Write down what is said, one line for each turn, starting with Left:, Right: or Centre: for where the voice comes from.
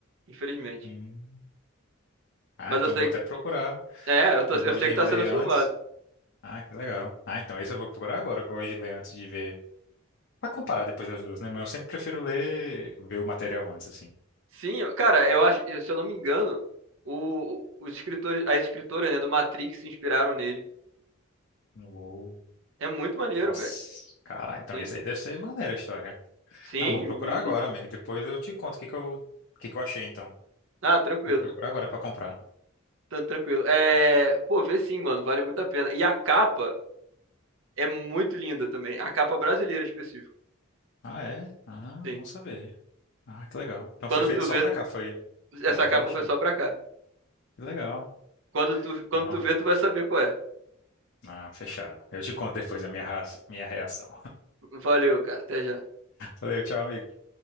Right: infelizmente.
Left: Hum. Ah,
Right: Mas
Left: então
Right: eu sei
Left: vou até
Right: que,
Left: procurar,
Right: é, eu, tô-
Left: porque
Right: eu
Left: eu gosto
Right: sei
Left: de
Right: que tá
Left: ler
Right: sendo filmado.
Left: antes. Ah, que legal. Ah, então esse eu vou procurar agora. Eu gosto de ler antes de ver. Pra comparar depois as duas, né? Mas eu sempre prefiro ler, ver o material antes, assim.
Right: Sim, eu- cara, eu acho, se eu não me engano, o, os escritores, as escritoras, né, do Matrix se inspiraram nele.
Left: Não vou.
Right: É muito maneiro,
Left: Nossa,
Right: velho.
Left: cara, então
Right: Sim,
Left: esse aí deve ser maneira a história.
Right: sim,
Left: Não, vou procurar
Right: o William
Left: agora,
Right: Gibson.
Left: amigo. Depois eu te conto o que que eu, o que que eu achei, então.
Right: Ah, tranquilo,
Left: Vou procurar agora pra comprar.
Right: tá tranquilo. É, pô, vê sim, mano, vale muito a pena. E a capa é muito linda também, a capa brasileira específico.
Left: Ah, é? Ah,
Right: Sim.
Left: bom saber. Ah, que legal. Então
Right: Quando
Left: foi feito
Right: tu
Left: só
Right: vê,
Left: pra cá, foi?
Right: essa
Left: Não, pode
Right: capa
Left: deixar.
Right: foi só pra cá.
Left: Que legal.
Right: Quando tu, quando
Left: Não.
Right: tu vê, tu vai saber qual é.
Left: Ah, fechado. Eu te conto depois a minha, ra- minha reação.
Right: Valeu, cara, até já.
Left: Valeu, tchau, amigo.